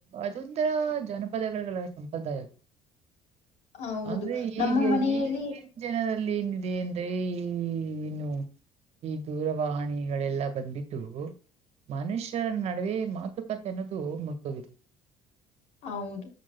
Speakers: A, on the right (about 60°); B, on the left (about 65°).
A: ಅದೊಂದರ ಜನಪದಗಳಲ್ಲ ಸಂಪ್ರದಾಯ ಅದು.
B: ಹೌದು
A: ಅಂದ್ರೆ
B: ನಮ್ಮ
A: ಈಗ
B: ಮನೆಯಲ್ಲಿ
A: ಈಗ. ಜನದಲ್ಲಿ ಏನಿದೆ ಅಂದ್ರೆ ಈ ಏನು. ಈ ದೂರವಣಿಗಳೆಲ್ಲ ಬಂದಿಟ್ಟು ಮನುಷ್ಯರ ನಡ. ಬರೀ ಮಾತುಕತೆ ಅನ್ನೋದು ಮುಗಿದು ಹೋಗಿದೆ.
B: ಹೌದು